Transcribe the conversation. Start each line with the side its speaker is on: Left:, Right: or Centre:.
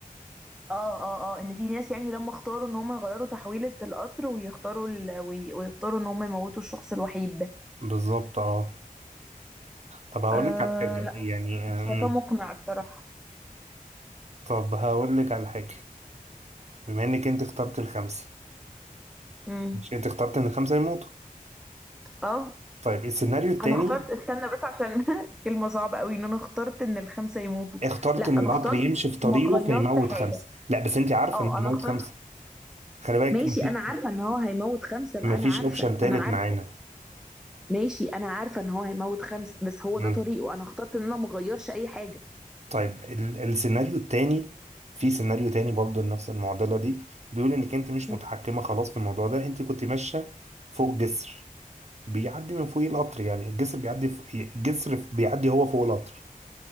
Centre: اه اه اه ان في ناس يعني لما اختاروا ان هم يغيروا تحويلة القطر ويختاروا ال... وي... ويختاروا ان هم يموتوا الشخص الوحيد ده
Right: بالظبط أه طب هقول
Centre: أه
Right: لك على حاجة
Centre: لا
Right: يعني
Centre: مش
Right: آم،
Centre: شايفاه مقنع الصراحة
Right: طب هقول لك على حاجة بما إنك أنت اخترت الخمسة
Centre: امم
Right: مش أنت اخترت إن الخمسة يموتوا
Centre: اه
Right: طيب السيناريو التاني
Centre: انا اخترت استنى بس عشان <laughs> كلمة صعبة قوي ان انا اخترت ان الخمسة يموتوا
Right: اخترت
Centre: لا انا
Right: ان القطر
Centre: اخترت
Right: يمشي في طريقه
Centre: ما غيرش
Right: فيموت
Centre: حاجة
Right: خمسه لا بس انت عارفه
Centre: اه
Right: انه
Centre: انا
Right: يموت
Centre: اخترت
Right: خمسه خلي بالك
Centre: ماشي
Right: مفيش
Centre: انا عارفة ان هو هيموت خمسة ما
Right: مفيش
Centre: انا عارفة
Right: اوبشن تالت
Centre: انا عارفة
Right: معانا
Centre: ماشي انا عارفة ان هو هيموت خمسة بس هو
Right: مم.
Centre: ده طريقه انا اخترت ان انا مغيرش اي حاجة
Right: طيب ال السيناريو التاني في سيناريو تاني برضه لنفس المعضله دي بيقول انك انت مش
Centre: مم.
Right: متحكمه خلاص في الموضوع ده انت كنت ماشيه فوق جسر بيعدي من فوق القطر يعني الجسر بيعدي فوق الجسر بيعدي هو فوق القطر